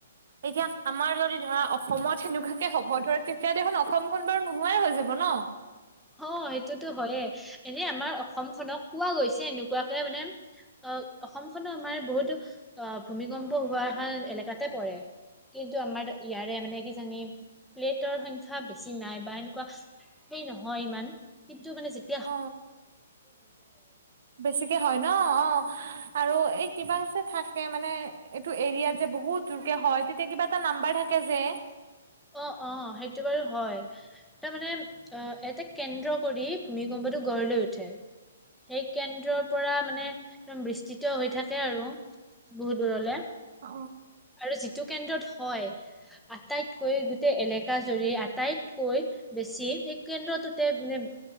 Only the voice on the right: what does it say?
এতিয়া আমাৰ যদি ধৰা অসমত সেনেকুৱাকে হ'ব ধৰে তেতিয়া দেখোন অসমখন বাৰু নোহোৱাই হৈ যাব ন।
অ বেছিকে হয় ন অ আৰু এই কিবা‌ যে থাকে মানে এইটো এৰিয়াত যে বহুত জোৰকে হয় তেতিয়া কিবা এটা নাম্বাৰ থাকে যে।
অ।